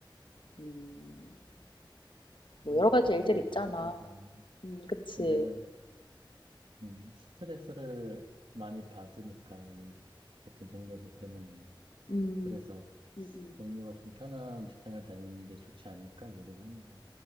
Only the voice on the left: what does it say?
음 뭐
여러
가지 일들이 있잖아.
음 그치.
음.
음음.